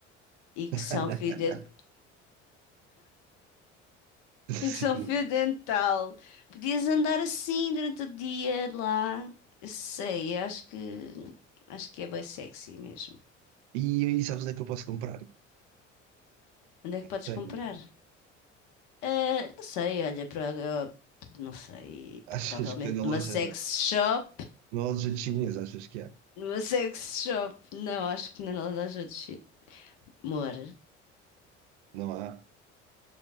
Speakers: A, on the left; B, on the right.
A: e que
B: <laughs>
A: são fio dentro.
B: Sim.
A: E que são fio dental. Podias andar assim durante o dia de lá. Sei, acho que acho que é bem sexy mesmo.
B: E aí, sabes onde é que eu posso comprar?
A: Onde é que podes
B: Tenho.
A: comprar? Ah, não sei, olha, para não sei, provavelmente
B: Achas que tem na
A: numa
B: loja?
A: sex shop.
B: Nós já chineses, achas que é?
A: Numa sex shop. Não, acho que na loja de chi- amor.
B: Não há?